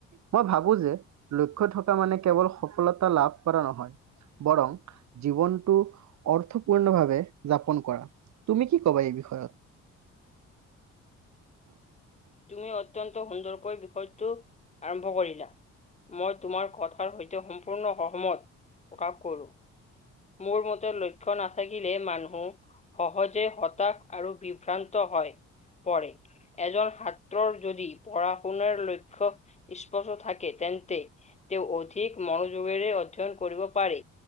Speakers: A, on the right; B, on the left.
A: মই ভাবো যে লক্ষ্য থকা মানে কেৱল সফলতা লাভ কৰা নহয় বৰং জীৱনটো অৰ্থপূৰ্ণ ভাৱে যাপন কৰা তুমি কি কবা এই বিষয়ত?
B: তুমি অত্যন্ত সুন্দৰকৈ বিষয়টো আৰম্ভ কৰিলা। মই তোমাৰ কথাৰ সৈতে সম্পূৰ্ণ সহমত প্ৰকাশ কৰোঁ। মোৰ মতে লক্ষ্য নাথাকিলে মানুহ সহজে হতাশ আৰু বিভ্ৰান্ত হয় পৰে। এজন ছাত্ৰৰ যদি পঢ়া শুনাৰ লক্ষ্য স্পষ্ট থাকে তেন্তে তেওঁ অধিক মনোযোগেৰে অধ্যয়ন কৰিব পাৰে।